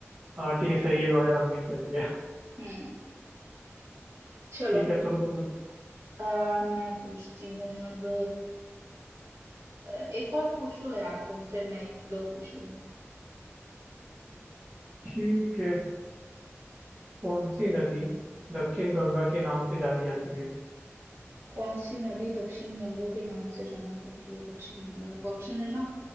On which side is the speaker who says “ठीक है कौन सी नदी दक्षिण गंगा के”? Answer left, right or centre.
Right